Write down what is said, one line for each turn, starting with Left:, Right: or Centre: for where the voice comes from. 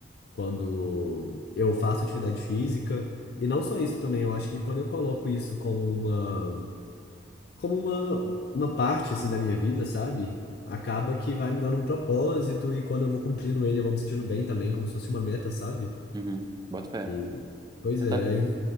Left: quando eu faço atividade física. E não só isso também, eu acho que quando eu coloco isso como uma, como uma, uma parte assim da minha vida, sabe? Acaba que vai me dando um propósito e quando eu vou cumprindo ele, eu vou me sentindo bem também, como se fosse uma meta, sabe?
Right: Uhum, bota fé.
Left: E, pois
Right: Você
Left: é,
Right: tá.
Left: aí-